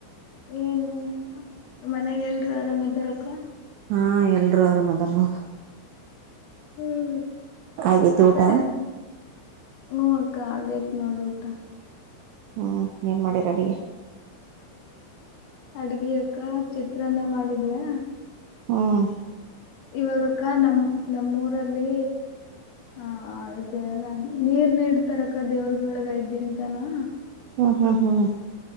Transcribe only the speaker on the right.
ಹಾ, ಎಲ್ಲರೂ ಅರಾಮ ಅದಾರವ್ವ.
ಆಗೇತಿ
ಊಟ
ಹ್ಮ್, ಏನ್ ಮಾಡಿರ ಅಡಿಗಿ
ಹ್ಮ್,
ಹಾ. ಹಾ. ಹಾ. ಹಾ...